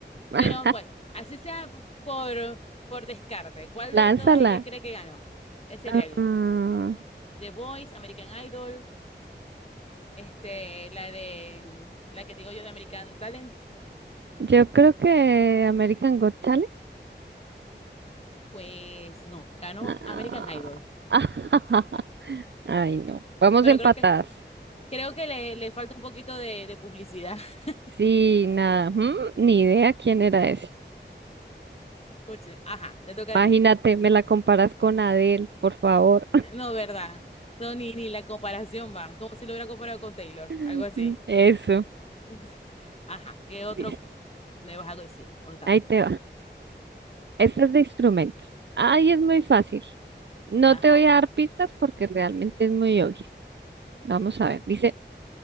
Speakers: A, on the right; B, on the left.
A: <laughs>
B: Pero bueno, así sea p- por, por descarte. ¿Cuál
A: Lánzala.
B: de todas ellas cree que ganó ese
A: Ah,
B: reality? The Voice, American Idol, este, la de mm, la que te digo yo de American Talent.
A: yo creo que American Got Talent.
B: Pues no, ganó
A: Ah,
B: American Idol.
A: <laughs> Ay, no. Vamos
B: Pero
A: empatadas.
B: creo que Creo que le, le falta un poquito de, de publicidad. <laughs>
A: Sí, nada. Mm, ni idea quién era esa.
B: Pues, sí. Ajá, te toca
A: Imagínate,
B: a ti.
A: me la comparas con Adele, por favor.
B: No, ¿verdad? No, ni, ni la comparación va. Como si lo hubiera comparado con Taylor,
A: <laughs>
B: algo así.
A: Eso.
B: <laughs> Sí. Ajá, ¿qué otro
A: Listo.
B: me vas a decir? Contame.
A: Ahí te va. Esta es de instrumentos. Ay, es muy fácil. No
B: Ajá.
A: te voy a dar pistas porque realmente es muy obvia. Vamos a ver. Dice,